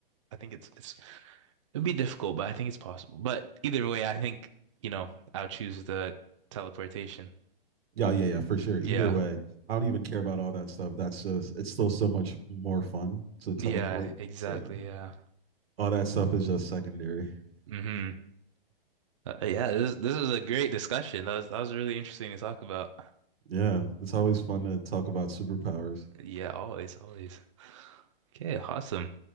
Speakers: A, on the right (about 35°); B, on the right (about 90°).
A: I think it's it's it'd be difficult, but I think it's possible. But either way, I think, you know, I'll choose the teleportation.
B: Yeah, yeah, yeah, for sure. Either
A: Yeah.
B: way, I don't even care about all that stuff. That's just it's still so much more fun to teleport.
A: Yeah, exactly.
B: So
A: Yeah.
B: all that stuff is just secondary.
A: hmm Uh, yeah, this this is a great discussion. That was that was really interesting to talk about.
B: Yeah, it's always fun to talk about superpowers.
A: Yeah, always, always. Okay, awesome.